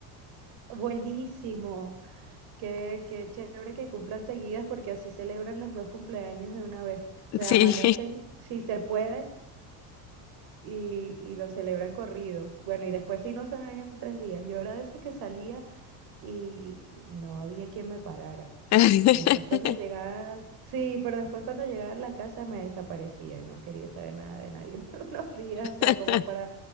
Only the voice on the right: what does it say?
<laughs> buenísimo. Qué, qué chévere que cumplan seguidas porque así celebran los dos cumpleaños de una vez. O sea,
amanecen si se puede y, y lo celebran corrido. Bueno, y después si no se ven en tres días. Yo era de esas que salía y no había quien me parara.
Después cuando llegaba, sí, pero después cuando llegaba a la casa me desaparecía y no quería saber nada de nadie <laughs> por unos días, o sea,
como para,